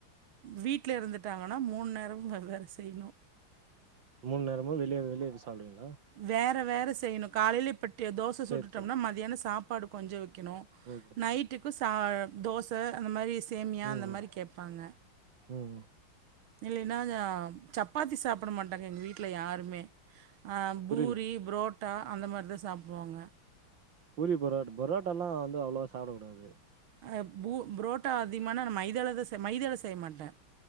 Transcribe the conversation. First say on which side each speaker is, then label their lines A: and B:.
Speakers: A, on the right; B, on the right.
A: வீட்ல இருந்துட்டாங்கன்னா மூண் நேரமு வெவ் வேற செய்யணு
B: மூண் நேரமு வெளிய வெளிய போய் சாப்டுவீங்களா
A: வேற வேற செய்யணு காலையிலப் பட்டிய தோச சுட்டுட்டோம்னா
B: சேரி சேரி
A: மத்தியான சாப்பாடு கொஞ்ச வெக்கணு
B: ஓகே
A: நைட்டுக்கு ச தோச அந்த மாரி சேமியா
B: ம்
A: அந்த மாரி
B: ம்
A: கேப்பாங்க
B: ம் ம்
A: இல்லேன்னா சப்பாத்தி சாப்ட மாட்டாங்க எங்க வீட்ல யாருமே அ பூரி
B: புரில
A: புரோட்டா அந்த மாரி தா சாப்டுவாங்க
B: பூரி பரோட் பரோட்டா லா வந்து அவ்ளவா சாப்டக்கூடாது
A: அ பு புரோட்டா அதிகமானா மைதால தா மைதால செய்ய மாட்ட